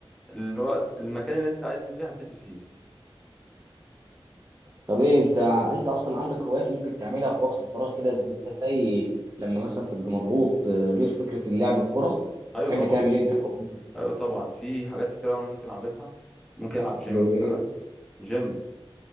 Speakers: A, in the centre; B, on the right.
A: الوقت المكان اللي انت عايزني فيه هسد فيه
B: طب ايه انت انت اصلا عندك هوايات ممكن تعملها في وقت الفراغ كده زي لما مثلا تبقى مضغوط آه، غير فكره اللعب الكوره
A: ايوه
B: تحب
A: طبعا
B: تعمل ايه انت في وقت-
A: ايوه طبعا في حاجات كتيره انا ممكن اعملها ممكن العب جيم
B: زي
A: مثلا
B: ايه
A: جيم